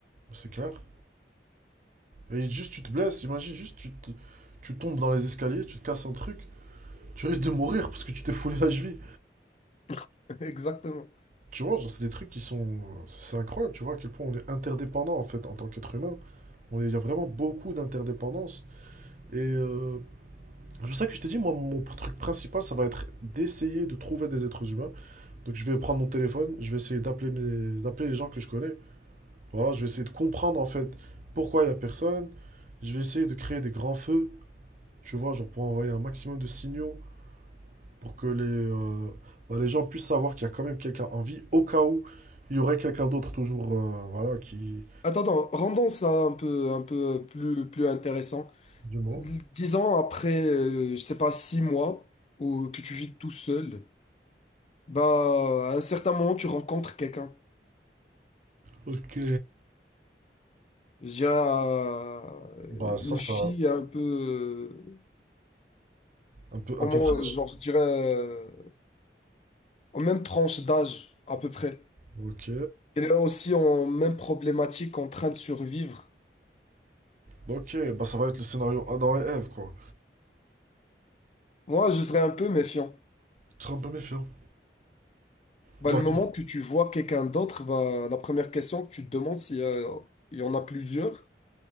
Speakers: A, on the right; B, on the left.
A: C'est clair. Et juste, tu te blesses, imagine, juste, tu, te- tu tombes dans les escaliers, tu te casses un truc, tu risques de mourir parce que tu t'es foulé la cheville.
B: <laughs> Exactement.
A: Tu vois, genre, c'est des trucs qui sont. C'est incroyable, tu vois, à quel point on est interdépendant en fait en tant qu'être humain. On est- Il y a vraiment beaucoup d'interdépendance. Et euh, c'est pour ça que je t'ai dit, moi, mon truc principal, ça va être d'essayer de trouver des êtres humains. Donc je vais prendre mon téléphone, je vais essayer d'appeler mes... d'appeler les gens que je connais. Voilà, je vais essayer de comprendre en fait pourquoi il n'y a personne. Je vais essayer de créer des grands feux, tu vois, genre pour envoyer un maximum de signaux pour que les, euh, bah, les gens puissent savoir qu'il y a quand même quelqu'un en vie, au cas où il y aurait quelqu'un d'autre toujours, euh, voilà, qui...
B: Attends, attends, rendons ça un peu, un peu plus, plus intéressant.
A: Du moins.
B: Disons après, euh, je sais pas, six mois, ou que tu vis tout seul. Bah, à un certain moment, tu rencontres quelqu'un.
A: Ok.
B: J'ai euh,
A: Bah ça,
B: une
A: ça...
B: fille un peu, euh,
A: Un peu,
B: au
A: un peu
B: moins,
A: fraîche.
B: euh, genre, je dirais, euh, en même tranche d'âge, à peu près.
A: Ok.
B: Elle est aussi en même problématique, en train de survivre.
A: Bah, Ok, bah ça va être le scénario Adam et Ève, quoi.
B: Moi, je serais un peu méfiant.
A: Je serais un peu méfiant.
B: Bah,
A: Dans
B: le
A: la
B: moment
A: question-
B: que tu vois quelqu'un d'autre, bah, la première question que tu te demandes, s'il y a- il y en a plusieurs,